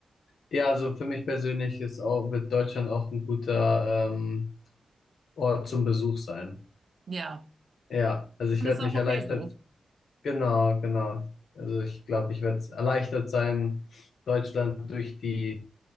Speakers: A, on the left (about 85°); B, on the right (about 45°).
A: Ja, also für mich persönlich ist auch, wird Deutschland auch ein guter ähm, Ort zum Besuch sein.
B: Ja,
A: Ja, also ich
B: und
A: werde
B: ist auch
A: mich
B: okay
A: erleichtert,
B: so.
A: genau, genau. Also ich glaube, ich werde erleichtert sein, Deutschland durch die,